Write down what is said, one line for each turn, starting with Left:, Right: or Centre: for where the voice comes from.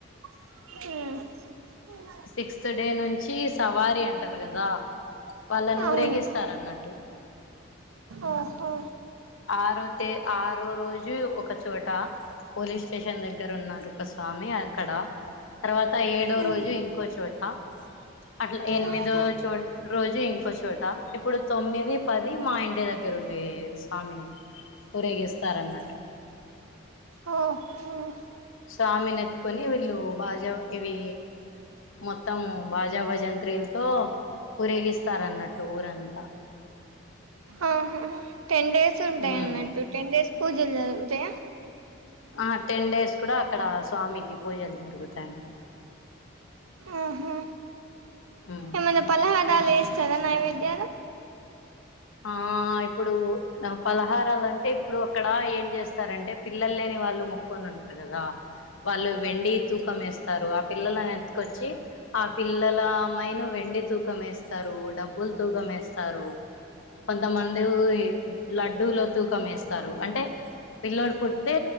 Right: ఉమ్మ్
Left: సిక్స్త్ డే నుంచి సవారి అంటారు గదా, వాళ్ళను
Right: అవును
Left: ఊరేగిస్తారు అన్నట్టు.
Right: ఓహో
Left: ఆరోతే ఆరోరోజే ఒకచోట పోలీస్ స్టేషన్ దగ్గరున్నారు ఒక స్వామి, అక్కడ తర్వాత ఏడోరోజే
Right: మ్మ్
Left: ఇంకోచోట అట్లా ఎనిమిదో
Right: ఆహా
Left: చోట్ రోజే ఇంకోచోట, ఇప్పుడు తొమ్మిది పది మా ఇంటి దగ్గరుండే స్వామిని ఊరేగిస్తారన్నట్టు.
Right: ఓ హుమ్మ్
Left: స్వామి నెత్కోని వీళ్ళు, బాజా ఇవీ మొత్తం బాజా, భజంత్రీల్తో ఊరేగిస్తారన్నట్టు ఊరంతా.
Right: ఆహా టెన్ డేస్ ఉంటై
Left: ఉమ్
Right: అన్నట్టు, టెన్ డేస్ పూజలు జరుగుతాయా.
Left: ఆ టెన్ డేస్ కూడా అక్కడ స్వామికి పూజలు జరుగుతాయ <unintelligible>
Right: ఆహా,
Left: ఉమ్
Right: ఏమన్నా పలహారాలేస్తారా నైవేద్యాలు.
Left: ఆ ఇప్పుడు నా పలహారాలంటే ఇప్పుడు అక్కడ ఏం జేస్తారంటే. పిల్లల్లేని వాళ్ళు మొక్కొని ఉంటరు గదా. వాళ్ళు వెండి తూకంమేస్తారు, ఆ పిల్లలనెత్కొచ్చి ఆ పిల్లల ఆమైను వెండి తూకం ఏస్తారు, డబ్బులు తూకం ఏస్తారు. కొంతమంది ఉయే లడ్డూలో తూకంమేస్తారు అంటే, పిల్లోడు పుడ్తే